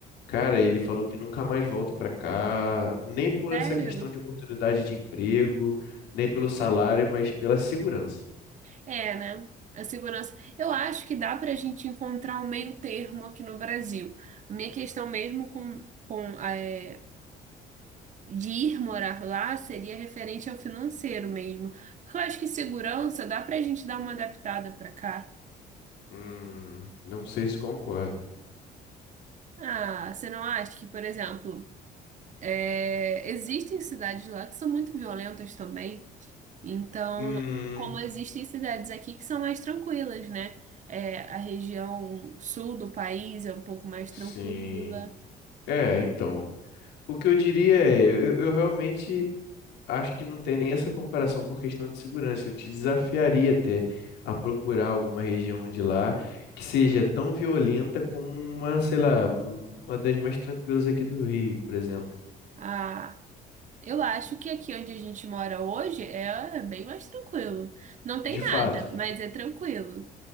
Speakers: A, on the left (about 85°); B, on the right (about 45°).
A: cara, ele falou que nunca mais volta para cá, nem por
B: Sério?
A: essa questão de oportunidade de emprego, nem pelo salário, mas pela segurança.
B: É, né? A segurança. Eu acho que dá pra gente encontrar um meio termo aqui no Brasil. A minha questão mesmo com, com é, de ir morar lá seria referente ao financeiro mesmo. Porque eu acho que segurança dá pra gente dar uma adaptada pra cá.
A: Hum, não sei se concordo.
B: Ah, você não acha que, por exemplo, é, existem cidades lá que são muito violentas também? Então,
A: Hum,
B: como existem cidades aqui que são mais tranquilas, né? É, a região sul do país é um pouco mais
A: sim.
B: tranquila.
A: É, então. O que eu diria é, eu, eu realmente Acho que não tem nem essa comparação por questão de segurança. Eu te desafiaria até a procurar alguma região de lá que seja tão violenta como uma, sei lá, uma das mais tranquilas aqui do Rio, por exemplo.
B: Ah, eu acho que aqui onde a gente mora hoje é é bem mais tranquilo. Não tem
A: De fato,
B: nada, mas é tranquilo.